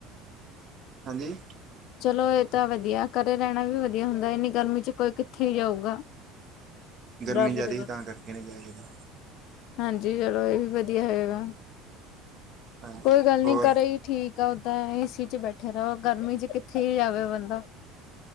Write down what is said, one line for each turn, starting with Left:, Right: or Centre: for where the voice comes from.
Right: ਹਾਂਜੀ।
Left: ਚਲੋ ਇਹ ਤਾਂ ਵਧੀਆ ਘਰੇ ਰਹਿਣਾ ਵੀ ਵਧੀਆ ਹੁੰਦਾ ਇੰਨੀ ਗਰਮੀ ਚ ਕੋਈ ਕਿੱਥੇ ਹੀ ਜਾਊਗਾ।
Right: ਗਰਮੀ
Left: ਰੱਬ
Right: ਜ਼ਿਆਦਾ
Left: ਦੇ
Right: ਸੀ ਤਾਂ ਕਰਕੇ ਨੀਂ ਗਏ ਕਿਤੇ।
Left: ਹਾਂਜੀ ਚਲੋ ਇਹ ਵੀ ਵਧੀਆ ਹੈਗਾ
Right: ਹਾਂਜੀ
Left: ਕੋਈ ਗੱਲ
Right: ਹੋਰ
Left: ਨੀ। ਘਰੇ ਹੀ ਠੀਕ ਆ ਉੱਦਾਂ ਏ ਸੀ ਚ ਬੈਠੇ ਰਹੋ ਗਰਮੀ ਚ ਕਿੱਥੇ ਹੀ ਜਾਵੇ ਬੰਦਾ।